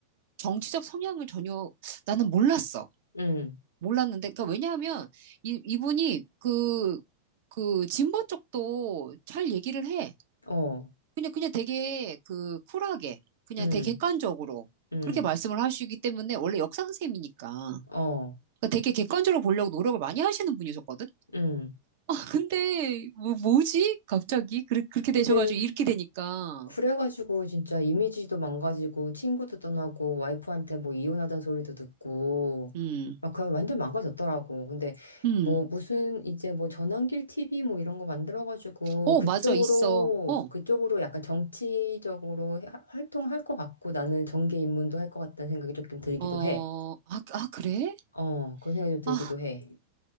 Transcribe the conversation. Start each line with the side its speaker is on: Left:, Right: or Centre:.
Right: 정치적 성향을 전혀 나는 몰랐어.
Left: 음,
Right: 몰랐는데 그러니까 왜냐하면 이 이분이 그 그 진보 쪽도 잘 얘기를 해.
Left: 어.
Right: 그냥, 그냥 되게 그 쿨하게, 그냥
Left: 음,
Right: 되게 객관적으로
Left: 음,
Right: 그렇게 말씀을 하시기 때문에 원래 역사 선생님이니까.
Left: 어,
Right: 그러니까 되게 객관적으로 보려고 노력을 많이 하시는 분이셨거든?
Left: 음.
Right: <laughs> 근데, 뭐, 지 갑자기? 그렇, 그렇게 되셔가지고
Left: 근데
Right: 이렇게 되니까.
Left: 그래가지고 진짜 이미지도 망가지고 친구도 떠나고 와이프한테 뭐 이혼하자는 소리도 듣고
Right: 음,
Left: 막 그냥 완전 망가졌더라고. 근데
Right: 음.
Left: 뭐 무슨 이제 뭐 전환길 TV 뭐 이런 거 만들어가지고
Right: 어,
Left: 그쪽으로
Right: 맞아, 있어. 어,
Left: 그쪽으로 약간 정치적으로 하- 활동할 것 같고 나는 정계 입문도 할 것 같다는 생각이 조금 들기도
Right: 어,
Left: 해.
Right: 아, 아, 그래?
Left: 어, 그런 생각이 좀 들기도
Right: 아,
Left: 해.